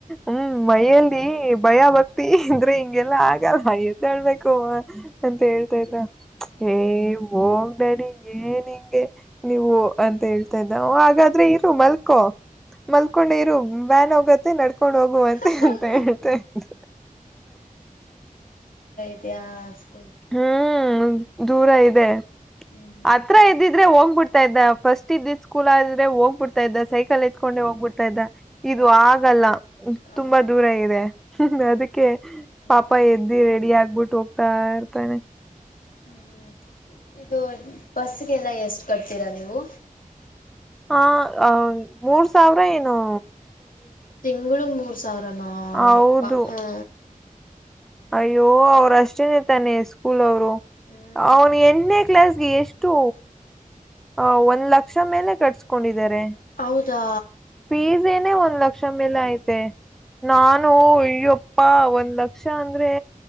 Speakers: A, in the centre; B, on the left.
A: ಹ್ಮ್ ಮೈಯಲ್ಲಿ ಭಯ ಭಕ್ತಿ ಇದ್ರೆ ಹಿಂಗೆಲ್ಲಾ ಆಗಲ್ಲ ಎದ್ಳ್ಬೇಕು. ಅಂತ ಹೇಳ್ತಾ ಇದ್ದ
B: ಹ್ಮ್
A: ಏ ಹೋಗ್. ಡ್ಯಾಡಿ ಏನ್ ಹಿಂಗೆ ನೀವು ಅಂತ ಹೇಳ್ತಾ ಇದ್ದ ಒ ಹಾಗಾದ್ರೆ ಇರು ಮಲ್ಕೊ. ಮಲ್ಕೊಂಡೆ ಇರು ವ್ಯಾನ್ ಹೋಗತ್ತೆ ನಡ್ ಕೊಂಡು ಹೋಗು ಅಂತ
B: ಹ್ಮ್
A: ಅಂತ ಹೇಳ್ತ ಇದ್ದ.
B: ಯಾಜ್.
A: ಹ್ಮ್ ದೂರ ಇದೆ
B: ಹ್ಮ್ ಹ್ಮ್
A: ಹತ್ರ ಇದ್ದಿದ್ರೆ ಹೋಗ್ಬಿಟ್ಟ ತ ಇದ್ದ ಫಸ್ಟ್ ಇದ್ದಿದ ಸ್ಕೂಲ್ ಆದ್ರೆ ಹೋಗ್ಬ ಬಿಡ್ತಾ ಇದ್ದ ಸೈಕಲ್ ಎತ್ಕೊಂಡೆ ಹೋಗಬುಡ್ತ ತಾ ಇದ್ದ
B: ಹ
A: ಇದು ಆಗಲ್ಲ
B: ಹ
A: ತುಂಬಾ ದೂರ ಇದೆ
B: ಹೌದಾ
A: ಅದಕ್ಕೆ
B: ಹ್ಮ್
A: ಪಾಪ ಎದ್ದಿ ರೆಡಿ ಆಗ್ಬಿಟ್ಟು ಹೋಗ್ತಾ ಇರ್ತಾನೆ.
B: ಹ್ಮ್ ಇದು ಬಸ್ಗೆಲ್ಲ ಎಷ್ಟ ಕಟ್ತೀರಾ ನೀವು.
A: ಆ ಹ ಮೂರ್ ಸಾವ್ರ ಏನೋ.
B: ತಿಂಗಳು ಮೂರ ಸಾವ್ರಾನೊ
A: ಹೌದು
B: ಏಪ್ಪಾ ಹ್ಮ.
A: ಅಯ್ಯೋ ಅವ್ರ ಅಷ್ಟೇನೆ ತಾನೆ ಸ್ಕೂಲ್ ಅವ್ರು
B: ಹ್ಮ್
A: ಅವನು ಎಣ್ಣೆ. ಕ್ಲಾಸ್ಗೆ ಎಷ್ಟು ಅ ಒಂದ್ ಲಕ್ಷ ಮೇಲೆ ಕಟ್ಸ್ಕೊಂಡಿ ಇದಾರೆ
B: ಹೌದಾ
A: ಫಿಜೆನ್ ಒಂದ್ ಒಂದ್ ಲಕ್ಷ ಮೇಲೆ ಐತೆ ನಾನು
B: ಹ್ಮ್
A: ಅಯ್ಯಪ್ಪ ಒಂದ್ ಲಕ್ಷ ಅಂದ್ರೆ.